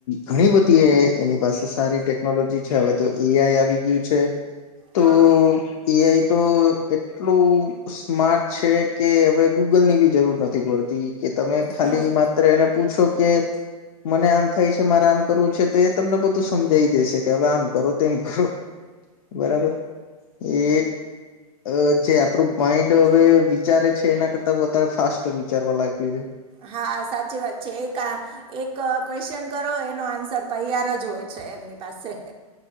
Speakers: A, on the left; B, on the right.
A: ઘણી બધી એ એની પાસે સારી ટેકનોલોજી છે, હવે તો એ આઈ આવી ગયું છે. તો
B: હા
A: એઆઈ તો એટલું સ્માર્ટ છે કે હવે ગૂગલ ની બી જરૂર નથી પડતી. કે તમે ખાલી
B: હમ
A: માત્ર એને પૂછો કે, મને આમ થાય છે મારે આમ કરવું છે તો એ તમને બધું સમજાઈ દેશે કે હવે આમ કરો તેમ કરો. બરાબર એ અ જે આપડું માઈન્ડ હવે વિચારે છે, એના કરતા વધારે ફાસ્ટ વિચારવા લાગ્યું છે.
B: હા, સાચી વાત છે એક આ એક ક્વેશ્ચન કરો એનો આન્સર તૈયાર જ હોય છે. એમની પાસે